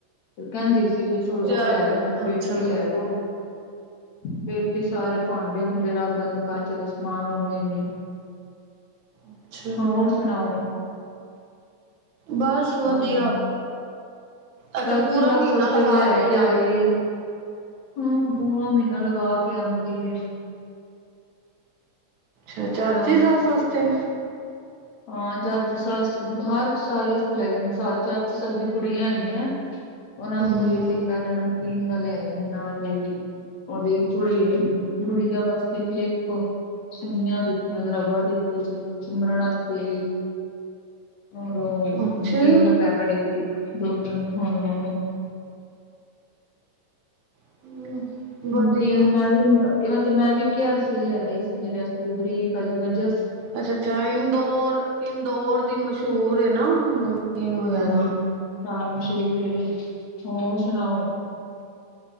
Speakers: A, on the left (about 70°); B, on the right (about 80°).
A: ਫਿਰ ਕਹਿੰਦੀ ਸੀ ਵੀ ੋ
B: ਜਾਂ
A: ਉਹ ਲੈ ਦਓ ਮੈਨੂੰ ਪੇਟੀ
B: ਅੱਛਾ
A: ਲੈ ਦਓ। ਪੇਟੀ ਸਾਰੇ ਭਾਂਡੇ ਭੂੰਡੇ ਰੱਖਦਾ ਨ ਕਾਚੇ ਦਾ ਸਮਾਨ ਉਵੇਂ ਨੀ
B: ਅੱਛਾ
A: ਹੋਰ ਸੁਣਾਓ?
B: ਬਸ ਵਧੀਆ।
A: ਅ
B: ਅੱਛਾ
A: ਚਾਚੀ
B: ਪੂਰਾ
A: ਸਸ
B: ਮਹੀਨਾ
A: ਵਸਤੇ
B: ਲਗਾ
A: ਵੀ ਲੈ ਕੇ
B: ਜਾਂਦੇ
A: ਆਈਏ। ਹਾਂ ਪੂਰਾ ਮਹੀਨਾ ਲਗਾ ਕੇ ਆਉਂਦੀ।
B: ਅੱਛਾ
A: ਫੇਰ
B: ਚਾਚੀ ਸੱਸ ਵਾਸਤੇ
A: ਹਾਂ ਚਾਚੀ ਸਸ ਹਰ ਸਾਰੇ ਥ ਲੈ ਜਾਂਦੇ ਚਾਚੀ ਦੀ ਕੁੜੀਆਂ ਆਈਗੀਆਂ ਉਹਨਾਂ ਵਾਸਤੇ
B: ਹਮ
A: ਵੀ ਇੱਕ ਇੱਕ ਪੈਕਟ ਨਮਕੀਨ ਦਾ ਲਿਆਈ ਨਰਾਣ ਵਾਸਤੇ ਉਹਦੀ ਕੁੜੀ ਗੁੜੀਆਂ ਵਾਸਤੇ ਕਲਿੱਪ ਸੂਈਆ ਦਿੱਤੀਆਂ ਰਬੜ ਦਿਤੇ ਸਿਮਰਨ ਤੇ ਹੋਰ ਓਹ
B: ਅੱਛਾ
A: ਨਮਕੀਨ ਦਾ ਪੈਕ। ਬੜੇ ਗਿਫ਼ਟ ਦੋਨਾਂ ਨੂੰ ਹਾਂ
B: <unintelligible>
A: ਨਮਕੀਨ
B: ਵਧੀਆ
A: ਮੈਂ ਵੀ ਮੈਂ ਵੀ ਕਿਹਾ ਸੀ ਲਿਆ ਹੀ ਸੀ ਮੇਰੇ ਇਸ ਬਰੀਕ ਵਾਲੀ ਮੈਂ ਜ
B: ਅੱਛਾ ਅੱਛਾ ਇੰਦੋਰ ਇੰਦੋਰ ਦੀ ਮਸ਼ਹੂਰ ਨਾ ਨਮਕੀਨ ਵਗੈਰਾ
A: ਹੂੰ ਹਾਂ ਮਸ਼ਹੂਰ ਏ ਹੋਰ ਸੁਣਾਓ